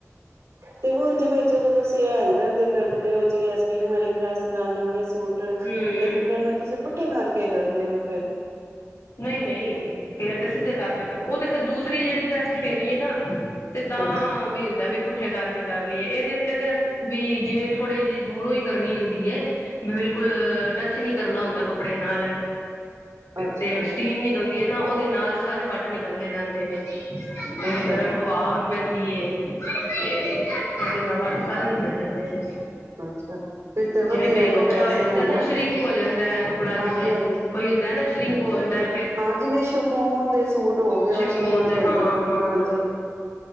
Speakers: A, on the right; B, on the left.
A: ਤੇ ਹੁਣ ਜਵੇ ਜਦੋ ਤੁਸੀ ਹੈਗਰ ਤੇ ਕਰਦੇ ਹੋ ਜੀ ਐ ਸਟੀਮ ਵਾਲੀ ਪ੍ਰੈਸ ਨਾਲ ਨਵੇ ਸੂਟ ਪਹਿਲੇ
B: ਹਮ
A: ਤੁਸੀ ਪੁੱਠੇ ਕਰਕੇ ਕਰਦੇ ਹੋ ਫੇਰ
B: ਨਹੀ -ਨਹੀ ਫਿਰ ਤੇ ਸਿਧੇ ਕਰਕੇ ਕਰਨ ਉਹ ਤੇ ਫਿਰ ਦੂਸਰੀ ਜਿਹੜੀ ਪ੍ਰੈਸ ਫੇਰੀਏ ਨਾ ਤੇ ਤਾਂ
A: ਅੱਛਾ।
B: ਵੀ ਹੁੰਦਾ ਵੀ ਪੁਠੇ ਕਰਕੇ ਕਰ ਲਈਏ ਇਹਦੇ ਉਤੇ ਤੇ ਵੀ ਜਿਵੇ ਥੋੜ੍ਹੀ ਜਿਹੀ ਦੂਰੋ ਹੀ ਕਰਨੀ ਹੁੰਦੀ ਹੇ ਬਿਲਕੁਲ ਟੱਚ ਨਹੀ ਕਰਨਾ ਹੁੰਦਾ ਕੱਪੜੇ ਨਾਲ
A: ਅੱਛਾ
B: ਤੇ
A: ਜੀ,
B: ਸਟੀਮ ਨਿਕਲਦੀ ਹੈ ਨਾ ਉਹਦੇ ਨਾਲ ਸਾਰੇ ਵਾਟ ਨਿਕਲਦੇ ਜਾਦੇ ਨੇ ਜਿਵੇ
A: ਅੱਛਾ
B: ਗਰਮ
A: ਜੀ,
B: ਹਵਾ ਪੈਦੀ ਏ ਤੇ ਉਹਦੇ ਨਾਲ ਵਟ ਸਾਰੇ ਨਿਕਲ ਜਾਦੇ ਨੇ
A: ਅੱਛਾ। ਫਿਰ ਤੇ ਵਧੀਆ
B: ਜਿਵੇ ਕਈ
A: ਵੇ
B: ਕੱਪੜਾ
A: ਪ੍ਰੈਸ
B: ਹੋ ਜਾਦਾ
A: ਹੈਨਾ
B: ਨਾ ਸ਼੍ਰੀਕ ਹੋ ਜਾਦਾ ਹੈ। ਕੱਪੜਾ
A: ਹਾਂਜੀ-ਹਾਂਜੀ।
B: ਜਿਵੇ ਹੁੰਦਾ ਨਾ ਸ਼੍ਰੀਕ ਹੋੰਦਾ
A: ਹਾਂ ਜੀਵੇ ਸ਼ਫੋਨ ਦੇ ਸੂਟ ਹੋ ਗਏ
B: ਸ਼ਿਫੋਨ
A: ਉਹ ਸ਼੍ਰੀਂਕ
B: ਦੇ
A: ਹੁੰਦੇ
B: ਹਾਂ
A: ਉਹ
B: ਹਾਂ
A: ਹਾਂਜੀ